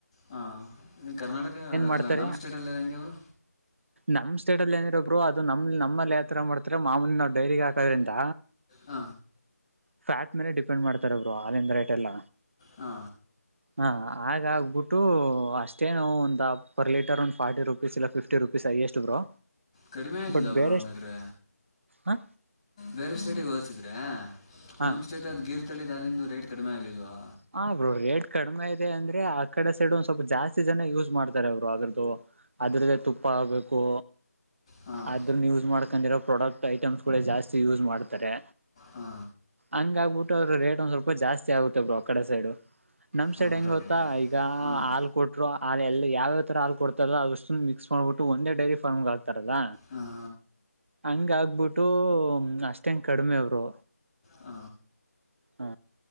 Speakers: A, on the left (about 25°); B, on the right (about 50°).
A: ಹಾ ಕರ್ನಾಟಕ
B: ಮಾಡ್ತಾರೆ
A: ಅಲ್ಲ ನಾಮ್ ಸ್ಟೇಟ್ ಅಲ್ಲಲ್ಲ ಹೆಂಗಗೆ ಅವರು
B: ನಮ್ ಸೇಟ್ಲ್ಲಿ ಏನಿರಬ್ರು ಅದು ನಮ್ ನಮ್ಮಲ್ಲಿ ಯಾವ ತರ ಮಾಡ್ತಾರೆ ಮಾಮೂಲಿ ನಾವು ಡೈರಿಗೆ ಹಾಕೋದ್ರಿಂದ
A: ಹ
B: ಫ್ಯಾಟ್ ಮೇಲೆ ಡಿಪೆಂಡ್ ಮಾಡ್ತಾರಬ್ರು ಅಲ್ಲಿಂದ ರೇಟ್ ಎಲ್ಲ
A: ಹಾ
B: ಹಾ ಆ ಆಗ್ಬಿಟ್ಟು ಅಷ್ಟೇ ನಾವು ಒಂದ ಪರ್ ಲೀಟರ್ ಒಂದ್ ಫಾರ್ಟಿ ರುಪೀಸ್ ಇಲ್ಲ ಫಿಫ್ಟಿ ರುಪೀಸ್ ಅಯ ಎಷ್ಟ ಬ್ರೋ
A: ಕಡಿಮೆ ಏನಿಲ್ಲ
B: ಬಟ್
A: ಒಬ್ರು
B: ಬೇರೆ
A: ಹಂಗಾದ್ರೆ
B: ಹ
A: ಬೇರೆ ಸೈಟಿಗೆ ಹೋಲ್ಸಿದ್ರೆ
B: ಹ
A: ನಮ್ ಸ್ಟೇಟ್ ಅದ್ ಗೀರ್ ತಳಿ ದಾಲಂದು ರೇಟ್ ಕಡಿಮೆ ಆಗ್ಲಿಲ್ವಾ
B: ಹ ಅವರು ರೇಟ್ ಕಡಿಮೆ ಇದೆ ಅಂದ್ರೆ ಆ ಕಡೆ ಸೈಡ್ ಒಂದ್ ಸ್ವಲ್ಪ ಜಾಸ್ತಿ ಜನ ಯೂಸ್ ಮಾಡ್ತಾರೆ ಅವರು ಅದ್ರದ್ದು ಅದ್ರಲ್ಲ ತುಪ್ಪ ಆಗ್ಬೇಕು
A: ಹಾಂ
B: ಅದ್ರನ್ನ ಯೂಸ್ ಮಾಡ್ಕೊಂಡಿರ ಪ್ರಾಡಕ್ಟ್ ಐಟಮ್ಸ್ ಜಾಸ್ತಿ ಯೂಸ್ ಮಾಡ್ತಾರೆ
A: ಹಾ
B: ಹಂಗ ಆಗ್ಬಿಟ್ಟುರ ರೇಟ್ ಒಂದ್ ಸ್ವಲ್ಪ ಜಾಸ್ತಿ ಆಗುತ್ತೆ ಬ್ರರು ಕಡೆ ಸೈಡು ನಮ್ ಸೈಡ್
A: ಹೌದಾ
B: ಹೆಂಗ ಗೊತ್ತಾ
A: ಬ್ರೋ
B: ಈಗ
A: ಹಾಂ
B: ಹಾಲ್ ಕೊಟ್ರು ಹಲ್ ಎಲ್ಲ ಯಾವ್ಯಾವ ತರ ಹಾಲ್ಡ್ತಲ್ಲ ಅಷ್ಟ ಮಿಸ್ ಮಾಡಬಟ್ಟು ಒಂದ ಡೈರಿ ಫಾರ್ಗೆ ಹಾ ರಲ್ಲ
A: ಹಾಂ
B: ಹಂಗ ಆಗ್ಬಿಟ್ಟು ಅಷ್ಟೇ ಹೆಂಗ ಕಡಿಮೆ ಅವರು
A: ಹ
B: ಹ